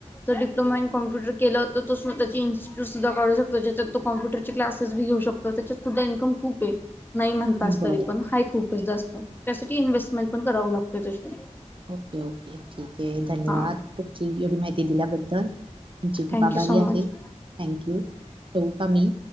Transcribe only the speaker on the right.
बरं
ओके ओके ठीक आहे धन्यवाद
तुमची एवढी माहिती दिल्याबद्दल. तुमची खूप
आभारी
आहे.
थँक्यू ठेऊ का मी,